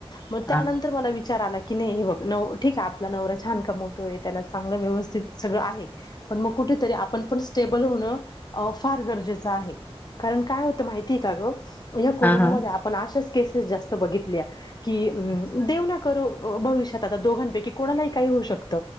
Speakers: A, on the left; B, on the left.
A: मग त्यानंतर
B: हा
A: मला विचार आला की नाही हे बघ ठीके आपला नवरा छान कमवतोय त्याला चांगलं व्यवस्थित सगळं आहे पण मग कुठं कुठतरी आपण पण स्टेबल होण फार गरजेचं आहे. कारण काय माहिती का ग हे कोरोना
B: हा हा हा
A: मध्ये आपण अशाच केस जास्त बघितल्या कि अ
B: अच्छा
A: देव ना करो भविष्यात आता दोघांपैकी कोणालाही काही होऊ शकत.